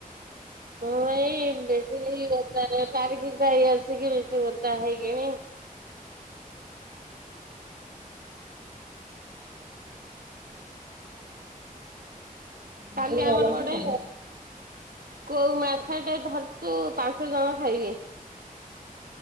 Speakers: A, on the right (about 85°); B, on the right (about 55°).
A: ହଁ ଏଇ ବେଶି ଓଦା ରେ ବାହାରିକିରି ଯାଇ ଆସି କି ବେଶି ଓଦା ହେଇକିଣି
B: ବାହାରକୁ
A: କାଲି
B: ବାହାରିଲା
A: ଆମର
B: ମାନେ
A: ଗୋଟେ
B: ପାଣି
A: କୋଉ ମାଛ ଟା ଧରିଚୁ ପାଞ୍ଚ ଜଣ ଖାଇବି।